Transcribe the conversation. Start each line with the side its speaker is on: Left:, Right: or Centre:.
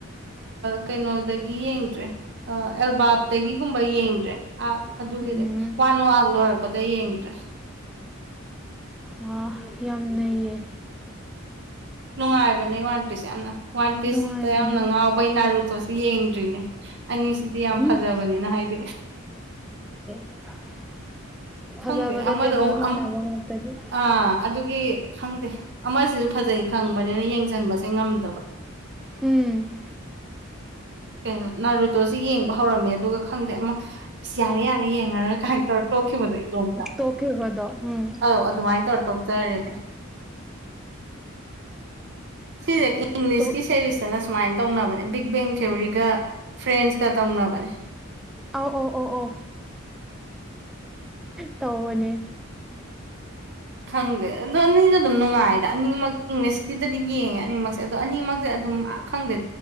Right: ꯀꯩꯅꯣꯗꯒꯤ ꯌꯦꯡꯗ꯭ꯔꯦ ꯑꯦꯜꯕꯥꯞꯇꯒꯤꯒꯨꯝꯕ ꯌꯦꯡꯗ꯭ꯔꯦ ꯑꯗꯨꯒꯤꯗꯤ
Centre: ꯎꯝ
Right: ꯋꯥꯅ ꯋꯥꯡ ꯂꯣꯏꯔꯕ ꯑꯗꯩꯩ ꯌꯦꯡꯗꯔ꯭ꯦ
Centre: ꯋꯥ ꯌꯥꯝ ꯅꯩꯌꯦ
Right: ꯅꯨꯡꯉꯥꯏꯕꯅꯦ ꯋꯥꯟ ꯄꯤꯁ ꯌꯥꯝꯅ ꯋꯥꯟ ꯄꯤꯁꯇ
Centre: ꯅꯨꯡꯉꯥꯏꯕꯅꯤ
Right: ꯌꯥꯝꯅ ꯉꯥꯎꯕꯩ ꯅꯥꯔꯨ ꯇꯣ ꯌꯦꯡꯗ꯭ꯔꯤꯅꯦ ꯑꯅꯤꯁꯤꯗꯤ ꯌꯥꯝ
Centre: ꯎꯝ
Right: ꯐꯖꯕꯅꯤꯅ ꯍꯥꯏꯗꯤ
Centre: <inaudible> ꯐꯖꯕꯗ
Right: ꯈꯪꯗꯦ ꯑꯃꯗꯣ
Centre: ꯂꯦꯚꯦꯜ
Right: ꯃꯨꯛ
Centre: ꯃꯥꯟꯅꯕ
Right: ꯑꯝ
Centre: ꯉꯥꯛꯇꯅꯤ
Right: ꯑꯥ ꯑꯗꯨꯒꯤ ꯈꯪꯗꯦ ꯑꯃꯥꯁꯤꯁꯨ ꯐꯖꯩ ꯈꯪꯕꯅꯤꯅ ꯌꯦꯡꯖꯟꯕꯖꯦ ꯉꯝꯗꯕ
Centre: ꯎꯝ
Right: ꯀꯩꯅꯣ ꯅꯥꯔꯨꯇꯣꯁꯦ ꯌꯦꯡꯕ ꯍꯧꯔꯝꯃꯦ ꯑꯗꯨꯒ ꯈꯪꯗꯦ ꯑꯃꯥ ꯑꯁ ꯌꯥꯔꯦ ꯌꯥꯔꯦ ꯌꯦꯡꯉꯔꯣꯏ ꯀꯥꯏꯟ ꯇꯧꯔ ꯇꯣꯛꯈꯤꯕꯗꯣ ꯏꯇꯣꯝꯇ
Centre: ꯇꯣꯛꯈꯤꯕꯗꯣ ꯎꯝ
Right: ꯑꯥ ꯑꯗꯨꯃꯥꯏ ꯇꯧꯔ ꯇꯣꯛꯆꯔꯤꯅꯦ ꯁꯤꯖꯦ ꯏꯪꯂꯤꯁꯀꯤ
Centre: ꯇꯣꯛ
Right: ꯁꯦꯔꯤꯁꯇꯅ ꯁꯨꯃꯥꯏ ꯇꯧꯅꯕꯅꯦ ꯕꯤꯛ ꯕꯦꯡ ꯊꯤꯑꯣꯔꯤꯒ ꯐ꯭ꯔꯦꯟꯁꯀ ꯇꯧꯅꯕꯅꯦ
Centre: ꯑꯧ ꯑꯣ ꯑꯣ ꯑꯣ ꯇꯧꯕꯅꯦ
Right: ꯈꯪꯗꯦ ꯑꯗꯣ ꯑꯅꯤꯖꯨ ꯑꯗꯨꯝ ꯅꯨꯡꯉꯥꯏꯗ ꯑꯅꯤꯃꯛ ꯏꯪꯂꯤꯁꯀꯤꯗꯗꯤ ꯌꯦꯡꯉꯦ ꯑꯅꯤꯃꯛꯁꯦ ꯑꯗꯣ ꯑꯅꯤꯃꯛꯁꯦ ꯑꯗꯨꯝ ꯈꯪꯗꯦ